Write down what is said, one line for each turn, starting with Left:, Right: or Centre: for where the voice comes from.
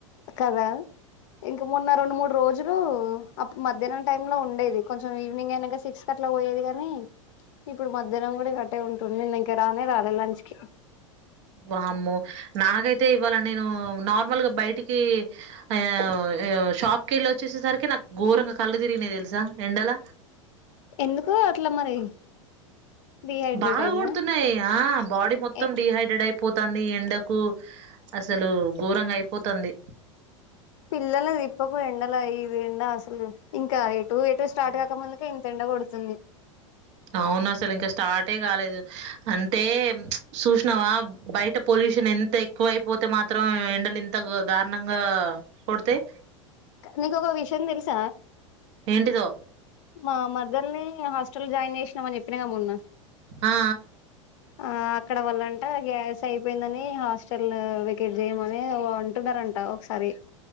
Left: కదా ఇంకా మొన్న రెండు మూడు రోజులు అప్ మధ్యాహ్నం టై లో ఉం డేది కొంచెం ఈనింగ్ అయినంక సిక్స్ అట్లా పోయేది గానీ ఇప్పుడు మ ఇధరం కూడా ఇగ అట్టే ఉంటుం నిను ఇంకా రానే రాలే లంచ్ కి
Right: వామ్మో నాగైతే ఇవ్వాల నేను నార్మల్ గా బయటికి ఆ ఆ షాప్ కెళ్ళి వచ్చేసేసరికి నాకు ఘోరంగా కళ్ళు తిరిగినై తెల్సా ఎండల
Left: ఎందుకు అట్లా మరి డిహైడ్రేట్
Right: బాగా
Left: అయిందా
Right: కొడుతున్నాయి బాడీ మొత్తం
Left: ఏ
Right: డిహైడ్రేట్ అయిపోతాంది ఎండకు కు అసలు ఘోరంగా అయిపోతుంది
Left: పిల్లలని దిప్పకు ఎండలో ఇదు ఎండ అసలు ఇంకా ఎటు ఎటు స్టార్ట్ కాకముందుకే ఇంతెండ కొడుతుంది
Right: అవును. అసలింక స్టార్టే కాలేదు అంటే చూసినావా బయట పొల్యూషన్ ఎంత ఎక్కువ అయిపోతే మాత్రం ఎండలు ఇంత దారుణంగా కొడతయ్
Left: నీకొక విషయం తెలుస
Right: ఏంటిదో
Left: మా మర్దల్ని హాస్టల్లో జాయిన్ చేసినామని చెప్పినాగా మొన్న
Right: ఆ!
Left: ఆ అక్కడ వాళ్ళం అంట గ్యాస్ అయిపోయిందని హాస్టల్ వెకెట్ చేయమని అంటున్నారంట ఒకసారి